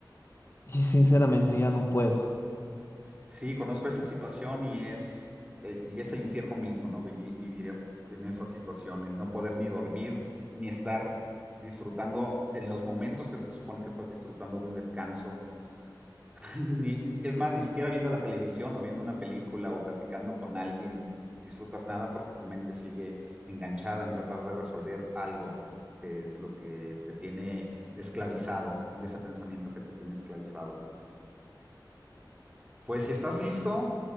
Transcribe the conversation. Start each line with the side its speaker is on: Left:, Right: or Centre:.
Left: y sinceramente ya no puedo.
Right: Sí, conozco esa situación y es, eh, y es el infierno mismo, ¿no? Vivi- Vivir, en esa situación, el no poder ni dormir, ni estar disfrutando en los momentos que se supone que estás disfrutando de un descanso. <laughs> Ni, es más, ni siquiera viendo la televisión o viendo una película o platicando con alguien disfrutas nada porque tu mente sigue enganchada en tratar de resolver algo, que es lo que te tiene esclavizado, ese pensamiento que te tiene esclavizado. Pues si estás listo,